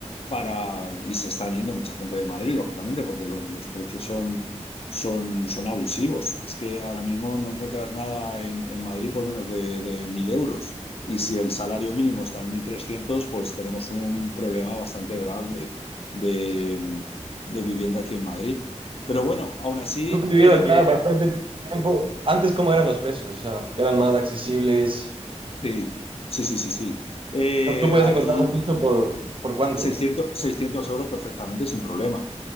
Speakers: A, on the left; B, on the right.
A: para, y se están yendo mucha gente de Madrid, lógicamente, porque los, los precios son, son, son abusivos. Es que ahora mismo no encuentras nada en, en Madrid por menos de, de 1.000 euros. Y si el salario mínimo está en 1.300, pues tenemos un problema bastante grave de, de vivienda aquí en Madrid. Pero bueno, aún así,
B: Tú que has vivido
A: eh,
B: acá bastante tiempo, antes cómo eran los precios, o sea, eran más accesibles.
A: sí, sí, sí, sí, sí. Eh,
B: O sea, tú puedes
A: aquí
B: encontrar un piso por, por cuánto.
A: seiscientos seiscientos euros perfectamente sin problema.